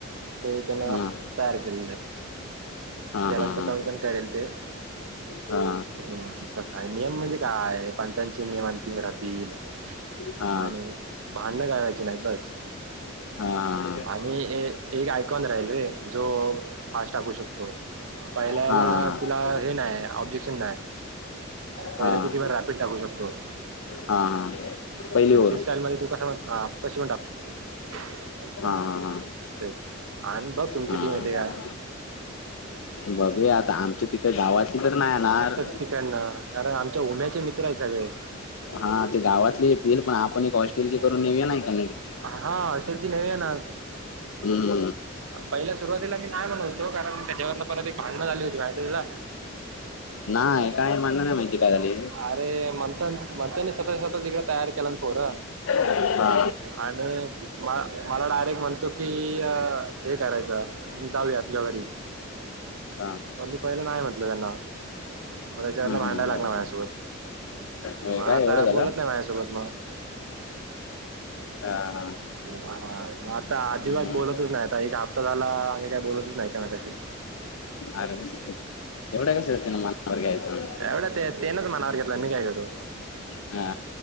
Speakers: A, on the right (about 80°); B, on the left (about 80°).
A: ते त्यांन
B: हा
A: तयार केलंले आहेत.
B: हा
A: त्यालांतर
B: हा
A: कमी पण कळेेल ते
B: हा हा
A: हम् तसा आहे नियम म्हणजे काय पंचांचे नियम आण त राहतील
B: हा हा
A: आणि भांणं कयरायची नाही बस
B: हा ह
A: आणि एक आयकॉन राहील रे जो फास् टाकू शकतो पहिल्याला
B: हा हा हा
A: तुला हे नाही ऑब्जेक्शन नाही पहिले
B: हा
A: किती फार रॅपिड टाकू शकतो
B: हा हा पहिली
A: म्हणजे
B: ओवर
A: फ्री स्टाईल मध्ये तू कसा कशीण टाकु शकतो
B: हा हा
A: ते आणि बघ तुमची
B: हा
A: टीम येते
B: हा
A: का
B: बघूया आता आमच्या तिथं गावातली तर नाहीणार
A: ठिक आहे न कारण आमच्या उम्याचे च मित्र आहे सगळे
B: हा ते गावातले येतील पण आपण एक हॉस्टेल करून येेऊया नाही का
A: हा हॉस्टलची नवी आहे ना
B: हम्
A: पहिल्या सुरुवातीला मी नाही म्हण होतो कारण त्याच्यावरन परत एक भांडणं झाली होती माहिती तुला
B: नाही काय म्हणण नाही माहिती का झाली
A: अरे म्हणता म्हणतानी स्वतः स्वतः तिकडे तयार केला ना पोर
B: हा
A: आणि म मला डायरेक्ट म्हणतो की हे करायचं दाव्या तुझ्या घरी
B: हा
A: मग मी पहिलं नाही म्हटलं त्यांना म त्याच्याना
B: हम्म हम्म
A: भांडायला
B: हम्म
A: लागला माझ
B: होय
A: म आता
B: काय एवढं झालं
A: बोलत नाही माझ्यासोबत मग
B: हा हा
A: हॉ <unintelligible> हा आता
B: हम्म
A: अजिबात बोलतच नाही आता एक हप्ता झाला आम्ही काही बोलतच नाही का म कशी
B: अरे येवढं कशाला त्यानं मनावर घ्यायचं
A: एवढं ते तेनच मनावर घेतला मी काय करू
B: हा